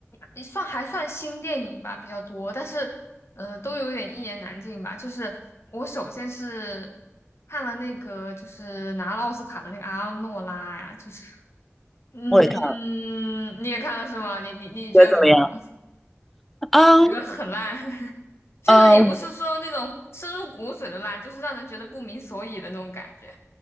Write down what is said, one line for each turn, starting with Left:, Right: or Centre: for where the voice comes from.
Left: 也算还算新电影吧比较多，但是呃都有点一言难尽吧。就是我首先是看了那个就是拿了奥斯卡的那个阿诺拉呀，就是嗯，
Centre: 我也看了，
Left: 你也看了是吗？你你你觉得怎么样？
Centre: 觉得怎么样？
Left: <laughs>
Centre: 啊，
Left: 我觉得很烂，<laughs> 就是也不是说那种深入骨髓的烂，
Centre: 呃，
Left: 就是让人觉得不明所以的那种感觉。